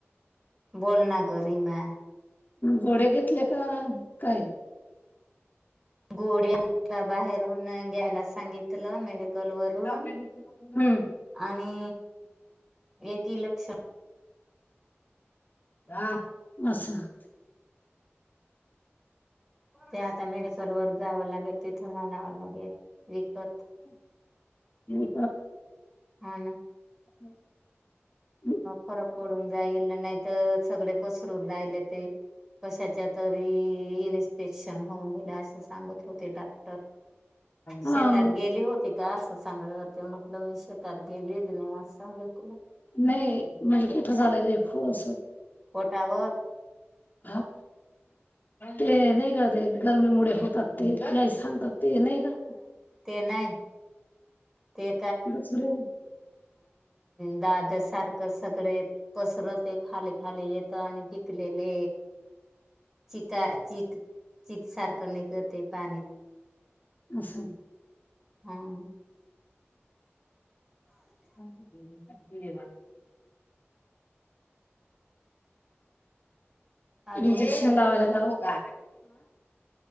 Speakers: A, on the right; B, on the left.
A: बोलना ग रीमा
B: घोडे घेतले का काय?
A: गोडे उ <unintelligible> बाहेरून घ्यायला सांगितलं, मेडिकल वरून
B: हम्म
A: आणि, एकी लक्षण
B: ह बसा <unintelligible> <unintelligible>
A: ते आता मेडिकल वर जावं लागेल. तिथून आणनावं लागेल विकत
B: हो तर
A: हा ना.
B: हम्.
A: फरक पडून जाईल नाही तर सगळे पसरून राहिले ते कशाच्या तरी इन्स्पेक्शन होऊन गेल्या असं सांगत होते डॉक्टर
B: हा
A: शेतात गेली होती का असं सांगलं होते म्हटलं मी श त्यात गेलीच नाही आज सांगली तुला.
B: नाही म्हणजे कुठं झालं रे फळसं.
A: पोटावर
B: ह ते नाही का ते गरमीमुळे होतात तेही सांगतात. ते नाही का?
A: ते नाही ते
B: त सुरय
A: दाद सारखं सगळे. पसरते खाली खाली येत आणि पिकलेले चिक चक चक सारखं नाही करते पाणी
B: असछा.
A: हा ना.
B: हवा
A: अजून
B: इंजेक्षन
A: काय करते
B: लावाला